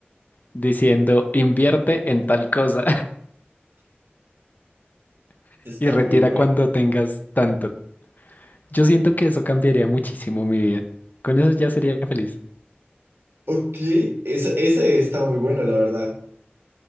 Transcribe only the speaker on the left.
diciendo invierte en tal cosa <laughs>
y retira
cuando tengas tanto. Yo siento que eso cambiaría muchísimo mi vida. Con eso ya sería feliz.